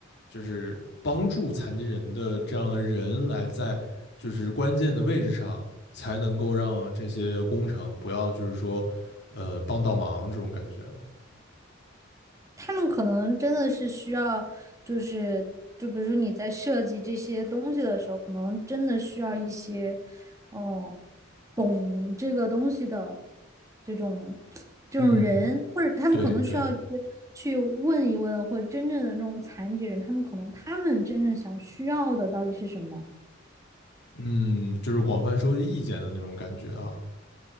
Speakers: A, on the left; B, on the right.
A: 就是帮助残疾人的这样的人来在就是关键的位置上，才能够让这些工程不要就是说，呃，帮倒忙这种感觉啊。
B: 他们可能真的是需要，就是就比如说你在设计这些东西的时候，可能真的需要一些，哦，懂这个东西的这种这种人，
A: 嗯，
B: 或者他们可能需要去
A: 对对，
B: 去问一问，或者真正的那种残疾人，他们可能他们真正想需要的到底是什么。
A: 嗯，就是广泛收集意见的那种感觉啊。